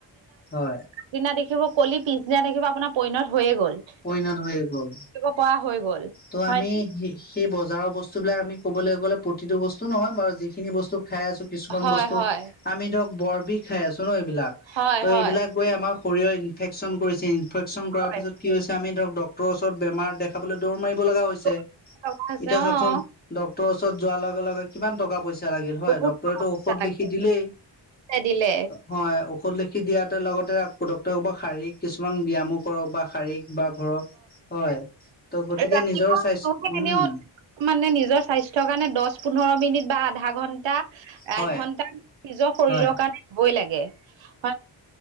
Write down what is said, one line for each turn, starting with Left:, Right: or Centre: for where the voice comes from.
Left: হয়
Right: দিনা দেখিব কলি পিছদিনা দেখিব আপোনাৰ পইনত হৈয়ে গ'ল।
Left: পৰিণত হৈয়ে গ'ল।
Right: পোৱা হৈ গ'ল।
Left: ত'
Right: হয়
Left: আমি স
Right: নে?
Left: সেই বজাৰৰ বস্তুবলাক আমি ক'বলৈ গ'লে প্ৰতিটো বস্তু নহয় বাৰু যিখিনি বস্তু খাই আছো কিছুমান
Right: হয়,
Left: বস্তু
Right: হয়,
Left: আমি ধৰক বৰ বিহ খাই আছো ন' এইবিলাক
Right: হয়,
Left: ত'
Right: হয়।
Left: এইবিলাক গৈ আমাৰ শৰীৰৰ ইনফেকশ্যন কৰিছে ইনফেকশ্যন কৰাৰ
Right: হয়
Left: পাছত কি হৈছে আমি ধৰক ডক্টৰৰ ওচৰত বেমাৰ দেখাবলৈ দৌৰ মাৰিব লগা হৈছে
Right: বহুত টকা হৈছে,
Left: এতিয়া
Right: অ',
Left: চাওচোন ডক্তৰৰ ওচৰত যোৱাৰ লগে লগে কিমান টকা পইচা পইচা লাগিল হয়,
Right: বহুত
Left: ডক্তৰেটো
Right: টকা পইচা
Left: ঔষধ
Right: লাগে
Left: লিখি দিলেই
Right: দিলে।
Left: হয়, ঔষধ লিখি দিয়াতে লগতে বা শাৰীৰিক কিছুমান ব ব্যয়ামক কৰক বা শাৰীক বা ঘৰক হয় ত' গতিকে
Right: ৰাতিপুৱা
Left: নিজৰ স্বাস্থ্য
Right: মানুহে এনেও
Left: উম।
Right: মানে নিজৰ স্বাস্থ্যৰ কাৰণে দহ পোন্ধৰ মিনিট বা আধা ঘন্টা
Left: হয়
Right: এঘন্টা নিজৰ শৰীৰৰ
Left: হয়
Right: কাৰণে হবই লাগে হয়